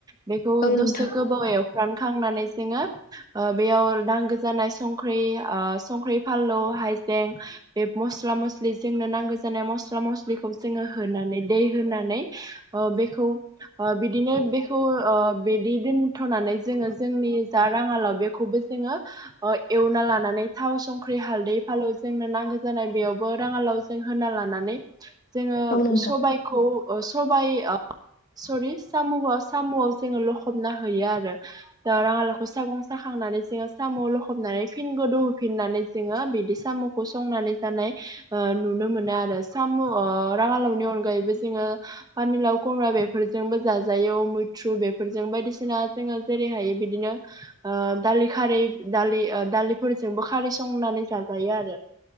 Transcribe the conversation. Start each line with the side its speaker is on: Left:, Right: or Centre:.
Right: बेखौ
Left: औ नोंथां
Right: दसे
Left: औ
Right: गोबाव एवफ्राम खांनानै जोङो बेयाव नांगो जानाय सं- संख्रि ओ संख्रि फानलु हाइजें बे मस्ला-मस्लि जोंनो नांगौ जानाय मस्ला-मस्लि बेखौ जोङो होनानै दै होनानै ओ बेखौ बिदिनो बेखौ ओ बिदि दोनथ'नानै जोङो जोंनि जा राङालाव बेखौबो जोङो एवना लानानै थाव संख्रि हालदै फालौ जोंनो नांगौ जानाय बेयावबो राङालाव होना लानानै जोङो
Left: नोंथां
Right: सबायाइखौ ओ सबाइ ओ सरि साम'आव साम'आव जोङो लखबना होयो आरो। बा राङालावखौ सागं साखांनानै जोङो साम' लखबनानै फिन गोदौ होफिननानै जोङो बिदि साम'खौ संनानै जानाय नुनो मोनो आरो। साम' अ राङालावनि अनगायैबो जोङो पानिलाव खुमब्रा बेफोरजोंबो जाजायो मैथ्रु बेफोरजों बायदिसिना जोङो जेरै हायो बिदिनो ओ दालि खारै दालि दालिफोरजोंबो खारै संनानै जाजायो आरो।